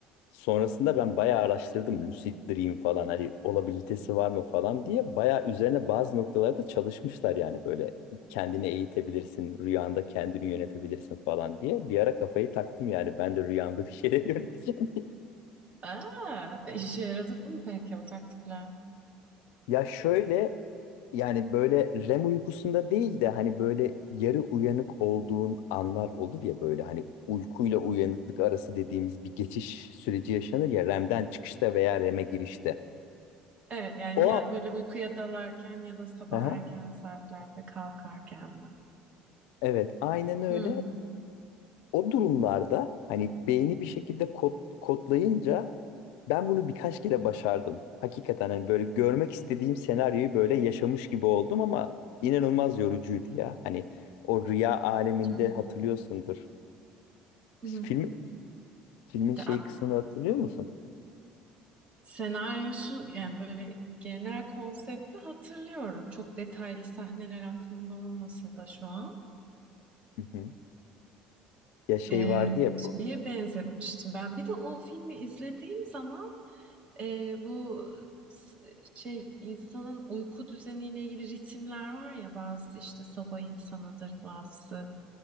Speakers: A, on the left; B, on the right.
A: Sonrasında ben bayağı araştırdım lucid dream falan hani olabilitesi var mı falan diye bayağı üzerine bazı noktalarda çalışmışlar yani böyle kendini eğitebilirsin rüyanda kendini yönetebilirsin falan diye bir ara kafayı taktım yani ben de rüyamda bir şeyler <laughs> yöneteceğim. diye.
B: Aa, işe yaradı mı peki o taktikler?
A: Ya şöyle yani böyle REM uykusunda değil de hani böyle yarı uyanık olduğun anlar olur ya böyle hani uykuyla uyanıklık arası dediğimiz bir geçiş süreci yaşanır ya REM'den çıkışta veya REM'e girişte.
B: Evet yani
A: O
B: ya böyle uykuya dalarken ya da sabah
A: an,
B: erken saatlerde kalkarken mi?
A: Evet, aynen öyle.
B: Hı.
A: O durumlarda hani beyni bir şekilde kod, kodlayınca ben bunu birkaç kere başardım. Hakikaten hani böyle görmek istediğim senaryoyu böyle yaşamış gibi oldum ama inanılmaz yorucuydu ya. Hani o rüya aleminde
B: Yani.
A: hatırlıyorsundur. Film,
B: Hı.
A: filmin
B: Da-
A: şey kısmını hatırlıyor musun?
B: senaryo şu yani böyle genel konsepti hatırlıyorum. Çok detaylı sahneler aklımda olmasa da şu an.
A: Hı hı. Ya şey
B: Ee,
A: vardı ya
B: şeye
A: bu.
B: benzetmiştim ben. Bir de o filmi izlediğim zaman e, bu s- şey insanın uyku düzeniyle ilgili ritimler var ya bazı işte sabah insanıdır, bazısı